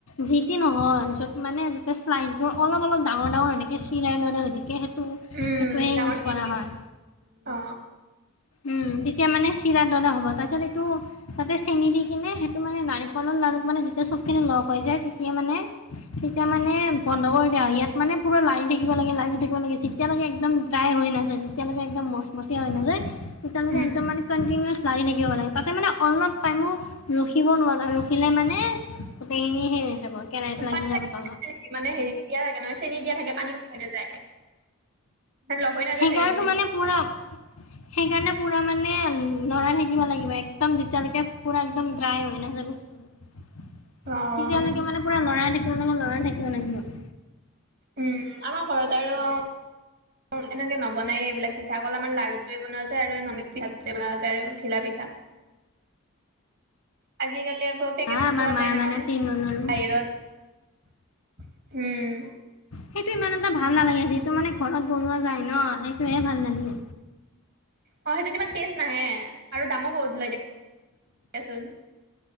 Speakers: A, on the left; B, on the right.
A: যি ট নহয়ত মানে। তে্লাইচ বোৰ অলপ অলপ অলপ ডাঙৰ ডাঙৰ ইনেকে চিলাই গনেকে সেইটো
B: উম,
A: সেইটোহে
B: ডাঙৰ
A: ইউজ
B: হেৰিকে
A: কৰা হয়।
B: অ'।
A: উম তেতিয়া মানে চিৰা। না হ'ব তাৰপিছত এইটো তাতে চেনি দি কিনে সেইটো মানে নাৰিকলৰ লাৰুত মানে যেতিয়া চবখিনি লগ হৈ যায় তেতিয়া মানে তেতিয়া মানে বন্ধ কৰি দিয়া ইয়াত মানে পুৰা লাইন থাকিব লাগে লাইন থাকিব লাগে তেতিয়ালৈকে একদম ড্ৰাই হৈ নাযায় যেতিয়ালৈকে একম মচমচীয়াা হৈ নাযায় তেতিয়ালৈকে
B: উম,
A: একদম মানে ছ লাৰি থাকিব লাগে তাতে মানে অলপ টাইমো ৰখিব নোৱাৰে ৰখিলে মানে গোটেইখিনি হেই হৈ যাব। কেৰাহীত লাগি
B: পানী
A: যাব তলত
B: নে মানে হে দিয়া থাকে নহয় চেনি দিয়া থাকে পানী হৈ নাযায়। লগ হৈ নাযায়
A: সেইকাৰটো
B: চাগে গোটেই
A: মানে পুৰা সেইকাৰণে পূৰা মানে লৰাই থাকিব লাগিব একদম যেতিয়ালৈকে পুৰা একদম ড্ৰাই হৈ নাযায় বস্তু টো
B: অ',
A: তেতিয়া লৈকে পোৰা লৰাই থাকিব কমলোকা ল'ৰাই থাকিব লাগিব।
B: উম আমাৰ ঘৰত আৰু এনেকে নবনাইে এইবিলাক পিঠা কল আমাৰ লাৰুোৱে বনোৱা যায় আৰু ন পিঠ বনোৱা যায় আৰু ঘিলা পিঠ থ আজিকালি আকৌ পেকেতো
A: হা আমাৰ
B: পোৱা
A: মায়ে
B: যায় নহয়
A: মানে তিল
B: বাহিৰত।
A: নলৰো
B: উম।
A: সেইটো ইমান এটা ভাল নালাগে যিটো মানে ঘৰত বনোৱা যায় ন সেই। সেয়াই ভাল লাগিল
B: অ সেইটোত ইমান টেষ্ট নাহে আৰু দামো বহত লয় দেচোন।